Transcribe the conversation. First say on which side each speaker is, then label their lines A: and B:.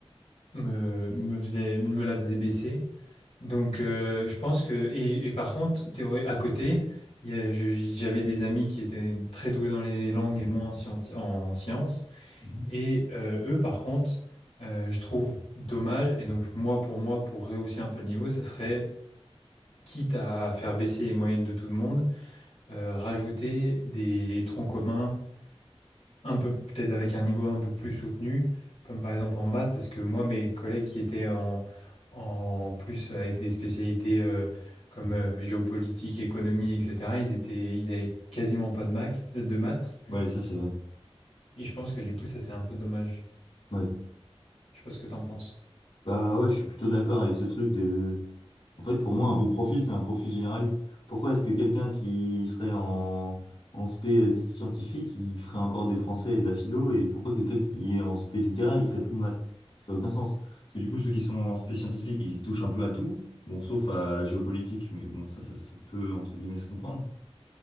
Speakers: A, on the left; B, on the left.
A: me, me faisaient- me la faisaient baisser. Donc, euh, je pense que. Et, et par contre, théorie, à côté, il y a- je- j'avais des amis qui étaient très doués dans les langues et moi en, scienti- en sciences.
B: Mhm.
A: Et euh, eux, par contre, euh, je trouve dommage. Et donc, moi, pour moi, pour rehausser un peu le niveau, ça serait, quitte à faire baisser les moyennes de tout le monde, euh, rajouter des troncs communs un peu peut-être avec un niveau un peu plus soutenu, comme par exemple en maths, parce que moi, mes collègues qui étaient en, en plus avec des spécialités euh, comme euh, géopolitique, économie, etc., ils étaient, ils avaient quasiment pas de maths, de maths.
B: Ouais, ça c'est vrai.
A: Et je pense que du coup, ça, c'est un peu dommage.
B: Ouais.
A: Je sais pas ce que t'en penses.
B: Bah ouais, je suis plutôt d'accord avec ce truc des En fait, pour moi, un bon profil, c'est un profil généraliste. Pourquoi est-ce que quelqu'un qui serait en, en spé euh, dite scientifique, il ferait encore des français et de la philo, et pourquoi quelqu'un qui est en spé littéraire, il ferait plus de maths? Ça n'a aucun sens. Parce que du coup, ceux qui sont en spé scientifique, ils touchent un peu à tout, bon, sauf à la géopolitique, mais bon, ça, ça, ça peut, entre guillemets, se comprendre.